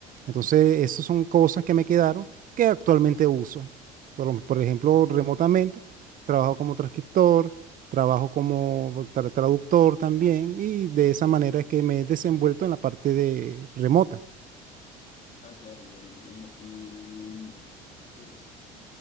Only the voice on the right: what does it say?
Entonces, esas son cosas que me quedaron que actualmente uso. Por, lo- por ejemplo, remotamente, trabajo como transcriptor, trabajo como tra- traductor también, y de esa manera es que me he desenvuelto en la parte de remota.